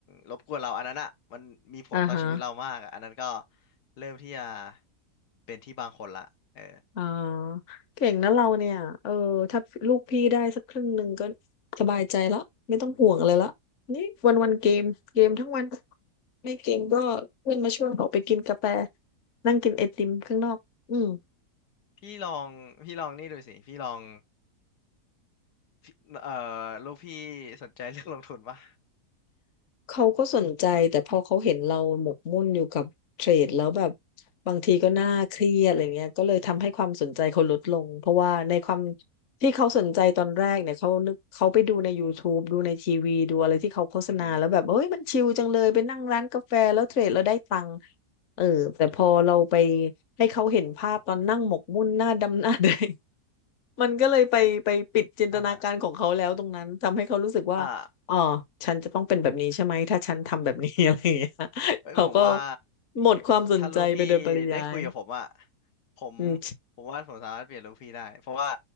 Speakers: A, on the left; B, on the left.
A: รบกวนเราอันนั้นอ่ะมันมีผลต่อชีวิตเรามากอะอันนั้นก็
B: อ่าฮะ
A: เริ่มที่จะเป็นที่บางคนละเออ
B: อ่าเก่งนะเราเนี่ยเออถ้าลูกพี่ได้สักครึ่งหนึ่งก็สบายใจละไม่ต้องห่วงอะไรละนี่วันวันเกมเกมทั้งวัน
A: อุ๊ยผม
B: ไม่เกมก็เพื่อนมาชวนออกไปกินกาแฟนั่งกินไอติมข้างนอกอืม
A: พี่ลองพี่ลองนี่ดูสิพี่ลองพี่เอ่อลูกพี่สนใจเรื่องลงทุนปะ
B: เขาก็สนใจแต่พอเขาเห็นเราหมกมุ่นอยู่กับเทรดแล้วแบบบางทีก็น่าเครียดอะไรเงี้ยก็เลยทำให้ความสนใจเขาลดลงเพราะว่าในความที่เขาสนใจตอนแรกเนี่ยเขานึกเขาไปดูในยูทูบดูในทีวีดูอะไรที่เขาโฆษณาแล้วแบบเอ้ยมันชิลจังเลยไปนั่งร้านกาแฟแล้วเทรดแล้วได้ตังค์
A: อือหือ
B: เออแต่พอเราไป
A: อ๋อ
B: ให้เขาเห็นภาพตอนนั่งหมกมุ่นหน้าดำหน้าแดง มันก็เลยไปไปปิดจินตนาการของเขาแล้วตรงนั้นทำให้เขารู้สึกว่า
A: อุ๊ยอ่าฮะอ่า
B: อ๋อฉันจะต้องเป็นแบบนี้ใช่ไหมถ้าฉันทำแบบนี้ <laughs> อะไรอย่างเงี้ย
A: เอ้ยผมว่า
B: เขาก็หมดความสนใจไปโดยปริยาย
A: ถ้าลูกพี่ได้คุยกับผมอะผม
B: อืม
A: ผมว่าผมสามารถเปลี่ยนลูกพี่ได้เพราะว่า